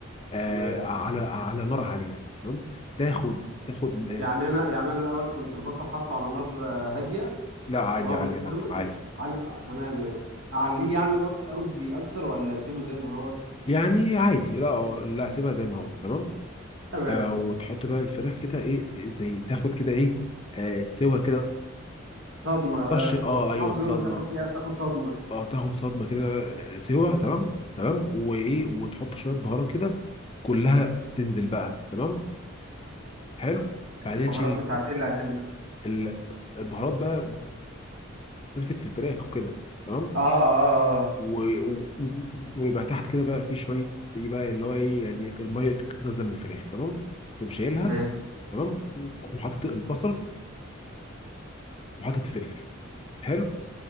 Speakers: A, on the left; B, on the right.
A: آه
B: تمام
A: على على نار عاليه تمام تاخد تاخد آه،
B: يعني انا يعني انا الاول كنت البصل حاطه على نار آه، هاديه
A: لا عادي
B: وهو
A: عاليه
B: بيتكرمل
A: برضو عادي
B: علي... تمام ماشي اعليه يعني أك- قصدي اكتر ولا اسيبه زي ما هو
A: يعني عادي لا آه، لا سيبها زي ما هو تمام
B: تمام
A: آه وتحط بقى الفراخ كده ايه زي تاخد كده ايه آه سوا كده
B: صدمه بقى،
A: طش
B: س-
A: اه
B: بسمعهم
A: ايوه الصدمه
B: بيقولوا تاخد إيه، تاخد صدمه
A: اه تاخد صدمه كده آه، سوا تمام تمام وايه وتحط شويه بهارات كده كلها تنزل بقى تمام حلو
B: البهارات
A: بعدها تشيل
B: بتاعتي اللي هتنزل
A: ال- البهارات بقى تمسك في الفراخ وكده تمام
B: اه اه اه
A: و- و- ويبقى تحت كده بقى في شويه ايه بقى اللي هو ايه يعني الميه نازله من الفراخ تمام تقوم شايلها
B: ماشي
A: تمام وحاطط البصل وحاطط فلفل حلو